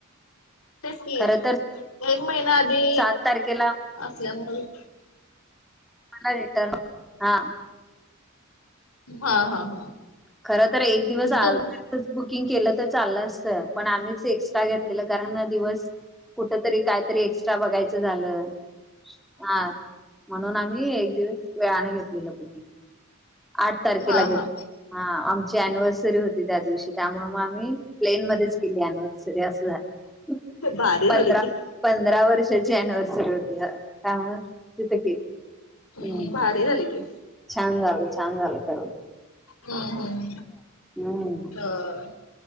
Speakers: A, on the left; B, in the centre.
A: तेच कि
B: खर तर
A: एक महिना आधी
B: सात तारखेला
A: असल्यामुळे
B: मला रिटर्न हा
A: हा हा हा
B: खर तर एक दिवस
A: म्हणजे
B: आ
A: तुम
B: कुकिंग केलं तर चाल अस पण आम्हीच एक्स्ट्रा घेतलेलं कारण दिवस कुठ तरी कायतरी एक्स्ट्रा बघायचं झालं हा म्हणून आम्ही एक दिवस वेयाने घेतलेलं बुगी आठ तारखेला
A: हा
B: घेत
A: हा
B: हा आमची अनिव्हर्सरी होती त्या दिवशी त्यामु ग आम् प्लेन मध्येच केली अनिव्हर्सरी अस झालं
A: भारी
B: पंधरा
A: झाली की
B: पंधरा वर्षाची अनिव्हर्सरी होती ह ह जित क
A: हम्म
B: हम
A: भारी झाली की
B: छान झालं छान झालं तर
A: हम्म हम्
B: हम्म
A: ह् ह